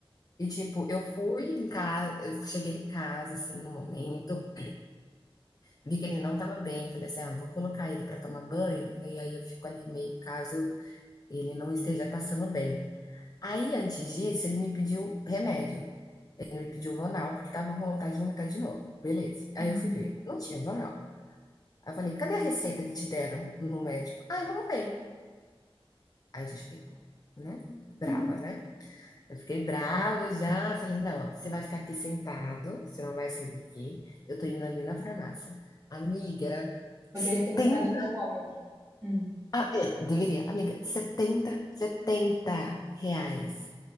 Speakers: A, on the left; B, on the right.
A: E tipo, eu fui em casa, eu cheguei em casa, assim, no momento, vi que ele não tava bem, falei assim, ah, vou colocar ele pra tomar banho, e aí eu fico ali meio caso ele não esteja passando bem. Aí, antes disso, ele me pediu remédio. Ele me pediu Vonal, porque estava com vontade de vomitar de novo. Beleza. Aí
B: Uhum.
A: eu fui ver, não tinha Vonal. Aí eu falei, cadê a receita que te deram no médico? Ah, não tenho. Aí eu já fiquei, né, brava,
B: Uhum.
A: né? Eu fiquei brava já. Falei, não, ó, você vai ficar aqui sentado, você não vai sair daqui. Eu tô indo ali na farmácia. Amiga, setenta,
B: Poderia ter comprado o termômetro. Hum.
A: Ah, é, deveria. Amiga, 70, setenta reais.